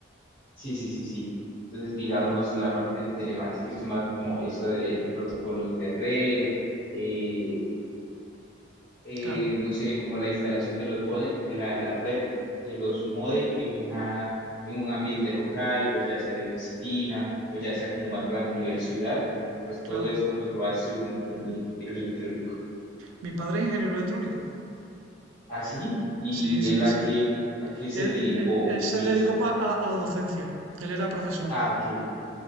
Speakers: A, on the left (about 45°); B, on the right (about 80°).
A: sí, sí, sí, sí. Entonces, digamos, la parte de telemática es más como eso, el protocolos de red, eh, eh,
B: Claro,
A: no sé, como la instalación de los modem, la, la red de los modem en una, en un ambiente local o ya sea de oficina o ya sea como más grande nivel ciudad, pues todo
B: claro.
A: eso pues lo hace un, un, un ingeniero electrónico.
B: Mi padre es ingeniero electrónico.
A: Así, ¿y
B: Sí, sí,
A: él a
B: sí.
A: qué, a qué se
B: Él,
A: dedicó
B: él- él
A: o
B: se
A: qué hizo?
B: dedicó pa- a, a la docencia. Él era profesor.
A: Ah, ok,